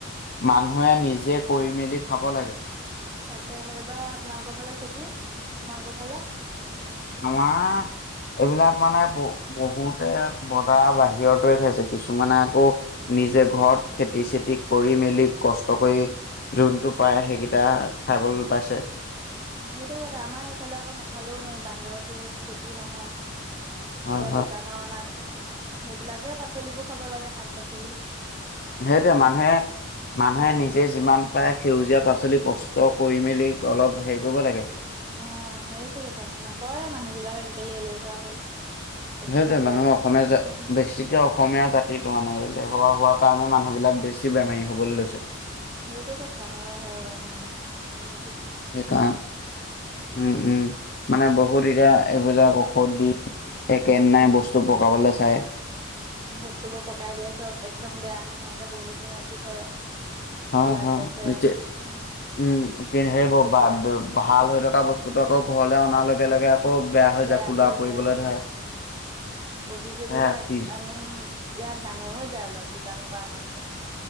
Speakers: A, on the left; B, on the right.
A: মানুহে নিজে কৰি মেলি মেলি খাব লাগে
B: তাকে সেইবাৰ আপোনালোকৰ ফালে খেতি, আপোনালোকৰ ফালে
A: আমাৰ এইবিলাক মানে বহ বহুতে বজাৰ বাহিৰতে খাইছে কিছুমানে আকৌ
B: ফালে
A: নিজে ঘৰত খেতিচেত তি কৰি মেলি কষ্ট কৰি যোনটো পায়, সেইকেইটা খাবলৈ পাইছে।
B: সেইটো কথা আমাৰ এইফালে আকৌ নেখালেও নোৱাৰি বান্দৰ ধেৰ খেতি নহয়
A: হয়
B: এতিয়া
A: হয়
B: দোকানৰ অনা শাক- সেইবিলাকে পাচলিবোৰ খাব লাগে শাক-পাচলি।
A: সেইটোয়ে মানুহে মানুহে
B: উম
A: নিজে যিমান পাৰে সেউজীয়া পাচলি কষ্ট কৰি মেলি অলপ হেৰি কৰিব লাগে।
B: অ সেইটো কথা নকৰে মানুহ বিলাক আজি এলে- এলেহুৱা‌ হ'ল। খেতি
A: সেইটোৱে
B: নকৰে
A: মানুহে অসমীয়া
B: উম
A: বেছিকে অসমীয়া জাতিটো মানে এলেহুৱা হোৱাৰ কাৰণে মানুহ বিলাক বেছি বেমাৰী হ'বলৈ লৈছে
B: সেইটো কথা হয় হয়ম
A: সেইকাৰণে, উম-উম, মানে বহুত দিনৰ এইবিলাক ঔষধ দি একেদিনাই
B: উম
A: বস্তু পকাবলৈ চায়।
B: বস্তুবোৰ পকাই দিয়ে চব, একদম বেয়া নোহোৱাকে বহুত দিন ৰাখি থয়। এইবিলাক
A: হা - হা,
B: বেচে
A: সেইটোৱে।
B: উম
A: উম, কিন্তু সেইবোৰ
B: বিক্ৰী
A: বা-
B: কৰে
A: ব- ভাল হৈ থকা বস্তুটো আকৌ ঘৰলে অনাৰ লগে - লগে আকৌ
B: বেয়া
A: যায় কোলা
B: হৈ
A: পৰিবলৈ
B: যায় উম।
A: ধৰে
B: কবি চবি
A: হে
B: বা,
A: ফ্ৰিজ
B: আনিম, ইয়াত ডাঙৰ হৈ যায় অলপ দোকানৰ পৰা আনাতকে।